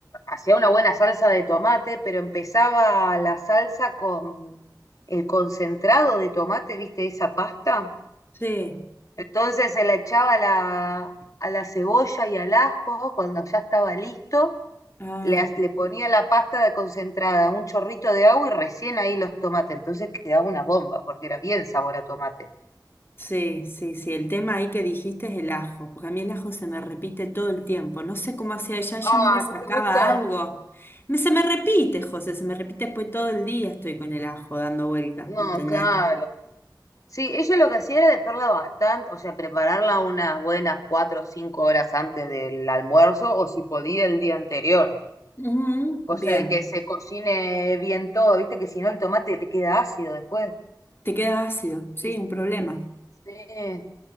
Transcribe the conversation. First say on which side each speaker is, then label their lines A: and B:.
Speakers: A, on the left; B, on the left.
A: hacía una buena salsa de tomate, pero empezaba la salsa con el concentrado de tomate, ¿viste? Esa pasta.
B: Sí.
A: Entonces se la echaba a la, a la cebolla y al ajo, cuando ya estaba listo,
B: Ah.
A: le, ha- le ponía la pasta de concentrada, un chorrito de agua y recién ahí los tomates. Entonces quedaba una bomba, porque era bien sabor a tomate.
B: Sí, sí, sí. El tema ahí que dijiste es el ajo, porque a mí el ajo se me repite todo el tiempo. No sé cómo hacía ella, ella
A: Ah,
B: no le sacaba
A: ¿no te gusta?
B: algo. Me- se me repite, José, se me repite después todo el día estoy con el ajo dando vueltas,
A: No,
B: ¿me entendés?
A: claro. Sí, ella lo que hacía era dejarla bastante, o sea, prepararla unas buenas cuatro o cinco horas antes del almuerzo, o si podía el día anterior,
B: Ujú,
A: cosa
B: Bien,
A: de que se cocine bien todo, viste que si no el tomate te queda ácido después.
B: te queda ácido, sí,
A: Y
B: un problema.
A: sí,